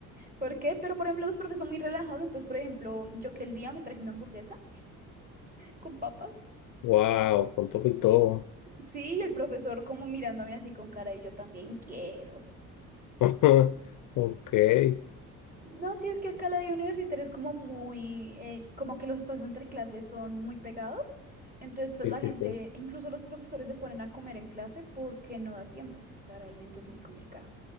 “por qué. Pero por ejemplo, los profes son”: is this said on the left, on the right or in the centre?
Right